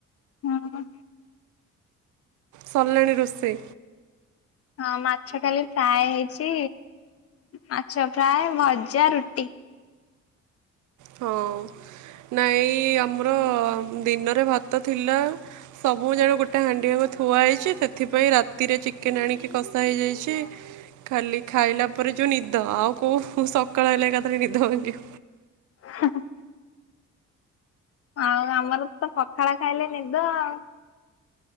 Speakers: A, on the left; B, on the right.
A: ହୁଁ
B: ସରିଲାଣି ରୋଷେଇ
A: ହଁ ମାଛ ଖାଲି ଫ୍ରାଏ ହେଇଛି। ମାଛ ଫ୍ରାଏ, ଭଜା, ରୁଟି,
B: ହଁ, ନାଇଁ ଆମର ଦିନରେ ଭାତ ଥିଲା ସବୁ ଯାକ ଗୋଟେ ହାଣ୍ଡି ଯାକ ଥୁଆ ହେଇଛି। ସେଥିପାଇଁ ରାତିରେ ଚିକେନ୍ ଆଣିକି କଷା ହେଇଯାଇଛି। ଖାଲି ଖାଇଲା ପରେ ଯୋଉ ନିଦ ଆଉ କୋଉ ସକାଳ ହେଲେ ଏକାଥରେ ନିଦ ହଉନି
A: ହଁ -ହଁ- ହୁଁ ଆଉ ଆମର ତ ପଖାଳ ଖାଇଲେ ନିଦ ଆଉ